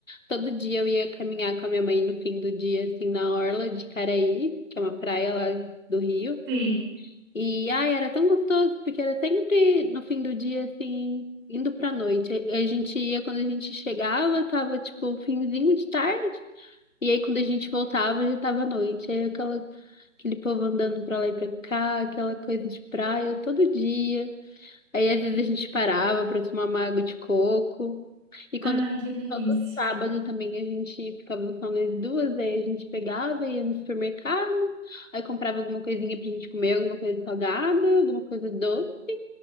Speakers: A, on the left (about 80°); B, on the right (about 20°).
A: todo dia eu ia caminhar com a minha mãe no fim do dia, assim, na orla de Caraí, que é uma praia lá do Rio.
B: Sim,
A: E ai, era tão gostoso, porque era sempre no fim do dia, assim, indo pra noite. A gente ia quando a gente chegava, tava tipo finzinho de tarde. E aí quando a gente voltava, já tava noite. Aí aquela, aquele povo andando pra lá e pra cá, aquela coisa de praia todo dia. Aí às vezes a gente parava para tomar uma água de coco. E
B: ai,
A: quando
B: que delícia.
A: todo sábado também a gente ficava só nós duas, aí a gente pegava, ia no supermercado, aí comprava alguma coisinha pra gente comer, alguma coisa salgada, alguma coisa doce,